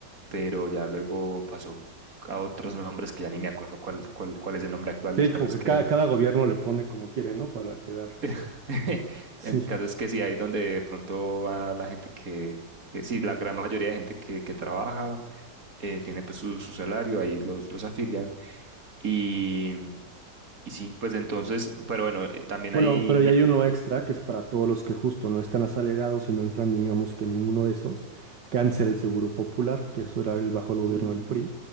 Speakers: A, on the right; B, on the right.
A: pero ya luego pasó a otros nombres que ya ni me acuerdo cuál, cuál, cuál es el nombre actual.
B: sí,
A: El caso
B: como
A: es
B: que
A: que,
B: cada, cada gobierno le pone como quiere, ¿no? Para quedar.
A: <laughs>
B: Sí.
A: el caso es que sí, ahí donde de pronto va la gente que, que sí, la gran mayoría de gente que, que trabaja, eh, tiene pues su, su salario, ahí los, los afilian. Y, y sí, pues entonces, pero bueno, eh, también
B: Bueno,
A: ahí...
B: pero
A: y-
B: ya hay uno extra que es para todos los que justo no están asalariados y no entran, digamos, que en ninguno de esos, cáncer el Seguro Popular, que eso era el bajo el gobierno del PRI,